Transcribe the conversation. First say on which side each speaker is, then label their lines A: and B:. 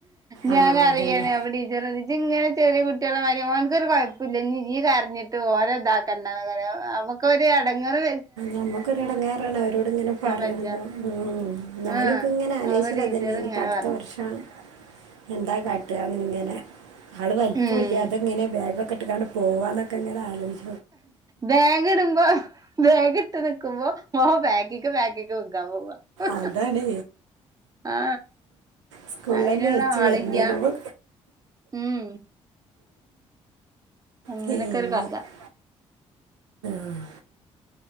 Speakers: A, on the right (about 25°); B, on the right (about 75°).
A: ഞാൻ
B: ആ
A: കരയണേ
B: അതന്നെ
A: അപ്പോ ടീച്ചറോയിച്ച് ഇങ്ങനെ. ചെറിയ കുട്ടികളെ മാരി ഓനിക്കൊരു കുഴപ്പമില്ല. ഇനി ഈ കര ഞ്ഞിട്ട് ഓലെ ഇതക്കണ്ടാ. ന്നുപറയും. നമ്മുക്കൊര് ഇടങ്ങേര്.
B: നമ്മക്കൊര് ഇടങ്ങേറാണ്. അവരോട് ഇങ്ങനെ പറയുമ്പോ.
A: വെജ്ജ
B: ഉ ഞാനിപ്പോ
A: ആഹ്
B: ഇങ്ങനെ ആലോയിച്ചണത്.
A: അപ്പൊ ടീച്ചർ
B: മ്മ് ഇനിപ്പോ
A: ഇങ്ങനെ
B: <unintelligible> അടുത്ത
A: പറഞ്ഞു
B: വർഷംആണ് എന്താ കാട്ട ഇങ്ങനെ ആള് വലിപ്പോം
A: ഉം
B: ഇല്ല ഇതെങ്ങനെ. വേഗം. കെട്ടാണ്ട് പോവാനൊക്കെ ഇങ്ങന ആലോചിച്ചു.
A: ബാഗിടുമ്പോ ബേഗിട്ട് നിക്കുമ്പോ. ഓ ബാക്കിക്ക് ബാക്കി ക്ക്ക്കാ <unintelligible> പോവ
B: അതാണ്
A: ആ
B: സ്കൂളിലന്നെ
A: അയിന്ളള
B: വെച്ച്
A: അളില
B: വരണ്ടി വരുമ്പോ
A: ഉം അങ്ങനെയൊക്കെ
B: പിന്നെ
A: ഒരു കഥ.
B: ആഹ്